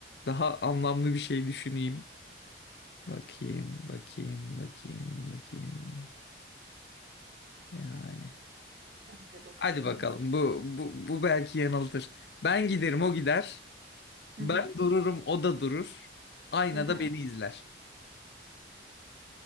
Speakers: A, on the left; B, on the right.
A: daha anlamlı bir şey düşüneyim. Bakayım, bakayım, bakayım, bakayım. Yani.
B: Ben de bakıyorum.
A: Hadi bakalım bu, bu, bu belki yanıltır. Ben giderim o gider.
B: Hı
A: Ben
B: hı.
A: dururum o da durur. Aynada
B: Hı hı.
A: beni izler.